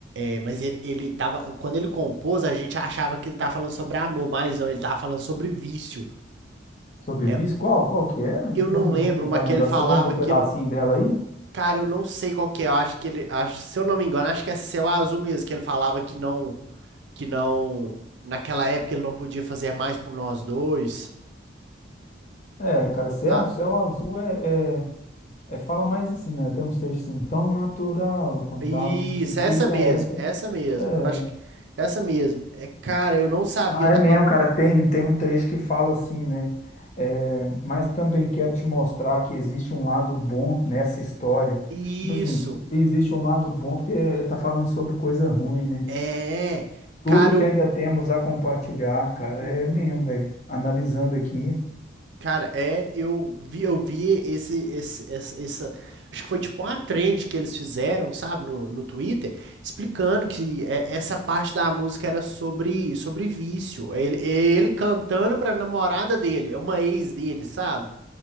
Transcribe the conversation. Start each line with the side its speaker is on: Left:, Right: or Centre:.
Right: é, mas ele, ele tava, quando ele compôs, a gente achava que ele tava falando sobre amor, mas não, ele tava falando sobre vício.
Left: Sob
Right: É,
Left: Vice, qual, qual que era?
Right: eu
Left: Vamos,
Right: não lembro,
Left: vamos tentar
Right: mas
Left: lembrar.
Right: que ele falava
Left: Você lembra um
Right: que
Left: pedacinho
Right: ele,
Left: dela aí?
Right: Cara, eu não sei qual que é. Eu acho que ele. Acho, se eu não me engano, acho que é Céu Azul mesmo, que ele falava que não. que não. Naquela época ele não podia fazer mais por nós dois,
Left: É, cara, Céu,
Right: sabe?
Left: Céu Azul é, é É, fala mais assim, né? Tem uns textos assim, tão natural quanto
Right: Isso,
Left: a luz do dia,
Right: é essa mesmo,
Left: essa.
Right: é essa mesmo.
Left: É.
Right: Eu acho que é essa mesmo. É, cara, eu não sabia,
Left: Ah,
Right: eu tava.
Left: é mesmo, cara. Tem, tem um trecho que fala assim, né? É, mas também quero te mostrar que existe um lado bom nessa história.
Right: Isso,
Left: Tipo assim, se existe um lado bom, é porque tá falando sobre coisa ruim, né?
Right: é.
Left: Tudo
Right: Cara,
Left: que
Right: eu.
Left: ainda temos a compartilhar, cara,
Right: Uhum.
Left: é mesmo, velho. Analisando aqui.
Right: Cara, é, eu vi, eu vi esse, esse, essa, essa- acho que foi tipo uma trend que eles fizeram, sabe, no, no Twitter, explicando que é, essa parte da música era sobre, sobre vício. É Ele, é ele cantando pra namorada dele, é uma ex dele, sabe?